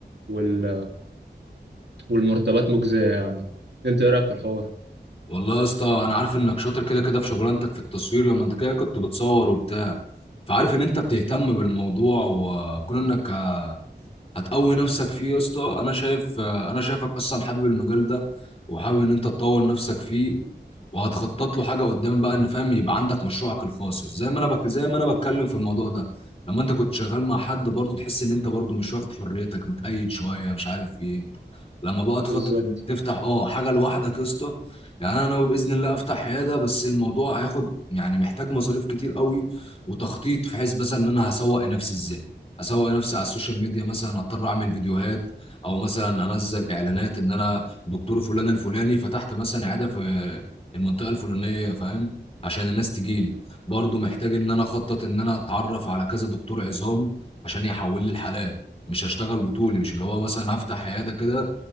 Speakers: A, on the right; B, on the left.
A: وال- والمرتبات مجزية يعني أنت إيه رأيك في الحوار؟
B: والله يا اسطى انا عارف انك شاطر كده كده في شغلانتك في التصوير لما انت كده كنت بتصور وبتاع فعارف ان انت بتهتم بالموضوع وكون انك هتقوي نفسك فيه يا اسطى انا شايف انا شايفك اصلا حابب المجال ده وحابب ان انت تطور نفسك فيه وهتخطط له حاجه قدام بقى ان فاهم يبقى عندك مشروعك الخاص زي ما انا بك... زي ما انا بتكلم في الموضوع ده لما انت كنت شغال مع حد برضه تحس ان انت برضه مش واخد حريتك متقيد شويه مش عارف ايه لما بقى تخطط
A: بالظبط
B: انك تفتح اه حاجه لوحدك يا اسطى يعني انا ناوي باذن الله افتح عياده بس الموضوع هياخد يعني محتاج مصاريف كتير قوي وتخطيط في حيث مثلا ان انا هسوق نفسي ازاي اسوق نفسي على السوشيال ميديا مثلا اضطر اعمل فيديوهات او مثلا انزل اعلانات ان انا دكتور فلان الفلاني فتحت مثلا عياده في المنطقه الفلانيه فاهم عشان الناس تجيلي برضو محتاج ان انا اخطط ان انا اتعرف على كذا دكتور عظام عشان يحول لي الحالات مش هشتغل بطولي مش اللي هو مثلا هفتح عياده كده